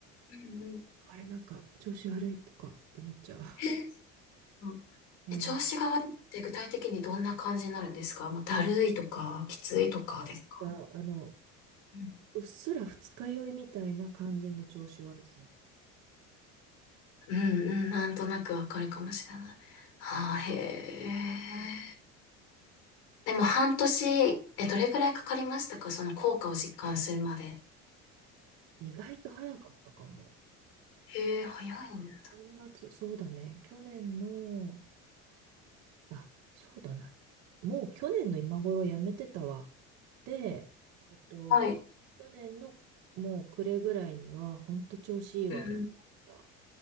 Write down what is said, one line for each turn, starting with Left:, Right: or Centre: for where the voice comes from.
Left: うんうん
Right: あれなんか調子悪いとか思っちゃう。
Left: え、そう
Right: うん。
Left: え調子が悪いって具体的にどんな感じになるんですかもうだるいとか、
Right: うん
Left: きついとかですか
Right: なんかあの、
Left: うん、
Right: うっすら二日酔いみたいな感じの調子悪さ。う
Left: うん、うんなんとなくわかるかもしれない。はあ、へえ。
Right: ん。
Left: でも半年、え、どれぐらいかかりましたかその効果を実感するまで。
Right: 意外と早かったかも。
Left: へえ、早いんだ。
Right: 年末、そうだね。去年の、あ、そうだな。もう去年の今頃やめてたわ。で、えっと、
Left: はい。
Right: 去年のもう暮れぐらいには、ほんと調子いいわと思った。
Left: うんうん